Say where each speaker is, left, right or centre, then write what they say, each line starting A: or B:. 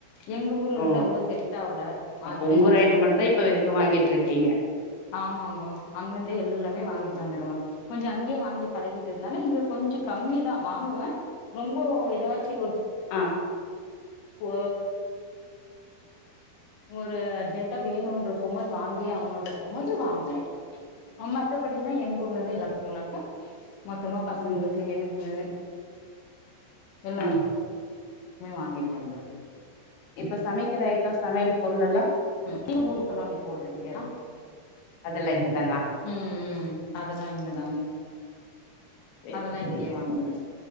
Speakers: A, on the left; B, on the left.
A: எங்க ஊர்ல
B: ஓ
A: வந்து அவ்வளோ செட் ஆவ்ல
B: அப்ப
A: அர்பன்னு
B: உங்க ஊர் ஐட்டம் மட்டுந்தா இப்ப வரைக்கும் வாங்கிட்டு இருக்கீங்க
A: ஆமாங்கோ அங்கிருந்தே எல்லாமே வாங்கிட்டு வந்துருவேன் கொஞ்சம் அங்கேயே வாங்கி பழகிட்டு இருந்தால இங்க கொஞ்சம் கம்மி தா வாங்குவேன் ரொம்போ ஏதாச்சு ஒரு
B: ஆ
A: ஓ ஒரு அர்ஜென்ட்டா வேணும்னு இருக்கும் போது வாங்கே ஆகணும்னு இருக்கும்போது வாங்குவோ ஆ மத்தபடினா எங்க ஊர்ல இருந்தே எல்லாமே ஒனக்கு மொத்தமா பசங்களுக்கு
B: ம்
A: எனக்கு எல்லாரு
B: ம்
A: க்மே வாங்கிட்டு வந்துர்
B: இப்ப சமைக்கிற ஐட்டொ சமையல் பொருள் எல்லாம்
A: ம் லீவுக்கு ஊருக்கெல்லாம் நீ போதுக்குரியாடா
B: அதெல்லாம் இங்க தானா
A: ம் ம் ம் அதெல்லாம் இங்கதாங்க
B: சேரி
A: அதெல்லாம்
B: சேரிங்க.
A: இங்கேயே வாங்கிடுவே